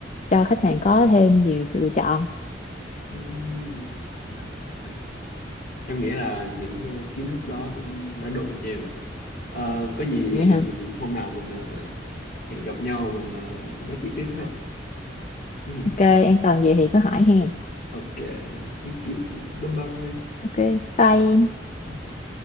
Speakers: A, on the left; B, on the left.
A: cho khách hàng có thêm nhiều sự lựa chọn
B: Ừm, dạ, ok. Em nghĩ là những ờ, kiến thức đó cũng đã đủ cho em rồi. Ờ, có gì
A: vậy hả
B: mình hôm nào mình ờ, hẹn gặp nhau mình ờ, nói chuyện tiếp ha. Ừm,
A: ok em cần gì thì cứ hỏi hàng
B: ok, thank you chị. Bye bye.
A: ok bye em
B: Bye bye.